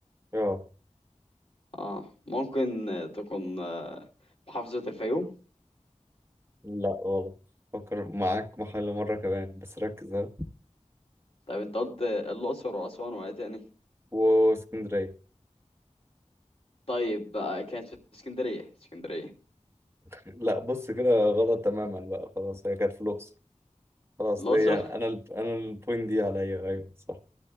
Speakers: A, on the right; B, on the left.
A: آه
B: اه ممكن آه، تكون آه، محافظة الفيوم
A: لا غلط فكر معاك محل مرة كمان بس ركز ها
B: طيب انت قلت آه، الأقصر وأسوان وإيه تاني
A: واسكندرية
B: طيب بقى كانت في اسكندرية اسكندرية
A: لا بص كده غلط تماما بقى خلاص هي كانت في الأقصر خلاص
B: الأقصر
A: ليا أنا ال... أنا البوينت دي عليا أيوه صح